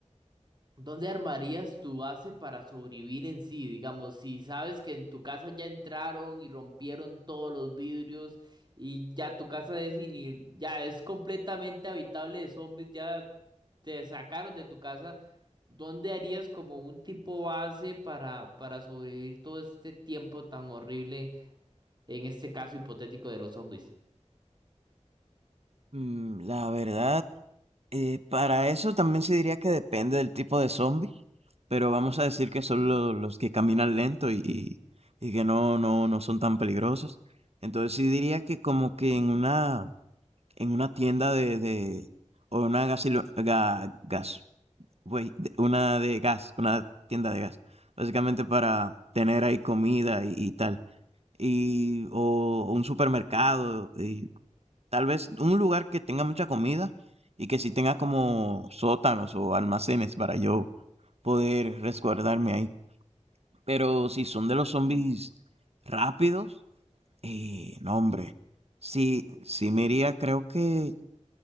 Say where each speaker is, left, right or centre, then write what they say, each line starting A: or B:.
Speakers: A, on the right; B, on the right.
A: ¿dónde armarías tu base para sobrevivir en sí? Digamos, si sabes que en tu casa ya entraron y rompieron todos los vidrios y ya tu casa es ini- ya es completamente habitable de zombies, ya te sacaron de tu casa, ¿dónde harías como un tipo base para, para sobrevivir todo este tiempo tan horrible? en este caso hipotético de los zombies.
B: Mm, La verdad, eh, para eso también se diría que depende del tipo de zombie, pero vamos a decir que son lo- los que caminan lento y, y- y que no, no, no son tan peligrosos. Entonces sí diría que como que en una, en una tienda de, de- o una gasilo- ga- gas- güey, de- una de gas, una tienda de gas, básicamente para tener ahí comida y, y tal, y o, o un supermercado, y tal vez un lugar que tenga mucha comida y que sí tenga como sótanos o almacenes para yo poder resguardarme ahí. Pero si son de los zombies rápidos, eh, no, hombre, sí, sí me iría, creo que